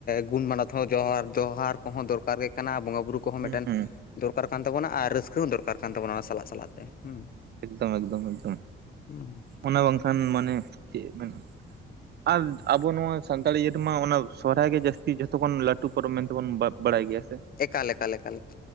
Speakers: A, on the left; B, on the right.
A: ᱜᱩᱱ ᱢᱟᱱᱚᱛ ᱦᱚᱸ ᱡᱚᱦᱟᱨ ᱡᱚᱦᱟᱨ ᱠᱚᱦᱚᱸ ᱫᱚᱨᱠᱟᱨ ᱜᱮ ᱠᱟᱱᱟ ᱵᱚᱸᱜᱟ ᱵᱩᱨᱩ ᱠᱚᱦᱚᱸ
B: ᱦᱩᱸ
A: ᱢᱤᱫᱴᱮᱱ
B: ᱦᱩᱸ
A: ᱫᱚᱨᱠᱟᱨ ᱠᱟᱱ ᱛᱟᱵᱚᱱᱟ ᱟᱨ ᱨᱟᱹᱥᱠᱟᱹ ᱦᱚᱸ ᱫᱚᱨᱠᱟᱨ ᱠᱟᱱ ᱛᱟᱵᱚᱱᱟ ᱚᱱᱟ ᱥᱟᱞᱟᱜ ᱥᱟᱞᱟᱜ ᱛᱮ ᱦᱩᱸ᱾
B: ᱮᱠᱫᱚᱢ ᱮᱠᱫᱚᱢ ᱮᱠᱫᱚᱢ᱾
A: ᱦᱩᱸ᱾
B: ᱚᱱᱟ ᱵᱟᱝᱠᱷᱟᱱ ᱢᱟᱱᱮ ᱪᱮᱫ ᱢᱮᱱ ᱟᱨ ᱟᱵᱚ ᱱᱚᱣᱟ ᱥᱟᱱᱛᱟᱲ ᱤᱭᱟᱹ ᱨᱮᱢᱟ ᱚᱱᱟ ᱥᱚᱦᱨᱟᱭ ᱜᱮ ᱡᱟᱹᱥᱛᱤ ᱡᱚᱛᱚ ᱠᱷᱚᱱ ᱞᱟᱹᱴᱩ ᱯᱚᱨᱚᱵᱽ ᱢᱮᱱᱛᱮᱵᱚᱱ ᱵᱟᱯ ᱵᱟᱲᱟᱭ ᱜᱮᱭᱟ ᱥᱮ?
A: ᱮᱠᱟᱞ ᱮᱠᱟᱞ ᱮᱠᱟᱞ